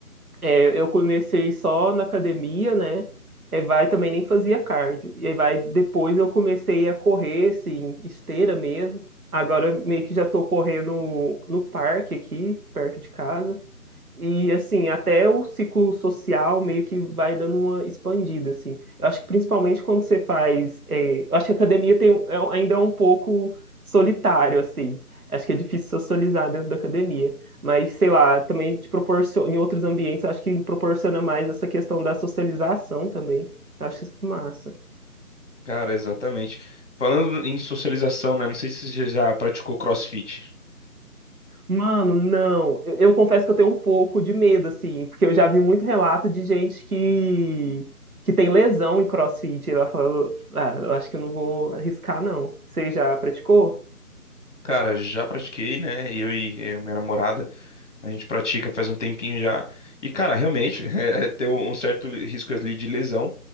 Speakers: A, on the right (about 65°); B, on the left (about 50°).
A: É, eu comecei só na academia, né? É, vai também nem fazia cardio. E aí vai depois eu comecei a correr, assim, esteira mesmo. Agora eu meio que já tô correndo no parque aqui, perto de casa. E assim, até o ciclo social meio que vai dando uma expandida, assim. Eu acho que principalmente quando você faz. é, eu acho que a academia tem, um- é um- ainda é um pouco solitário, assim. Acho que é difícil socializar dentro da academia. Mas, sei lá, também te proporciona, em outros ambientes, acho que proporciona mais essa questão da socialização também. Eu acho isso massa.
B: Cara, exatamente. Falando em socialização, né? Não sei se você já praticou CrossFit.
A: Mano, não. Eu, eu confesso que eu tenho um pouco de medo, assim, porque eu já vi muito relato de gente que, que tem lesão em CrossFit. E ela falou, ah, eu acho que eu não vou arriscar, não. Você já praticou?
B: Cara, já pratiquei, né? Eu e eh, minha namorada, a gente pratica faz um tempinho já. E, cara, realmente, <laughs> é, tem um um certo risco ali de lesão.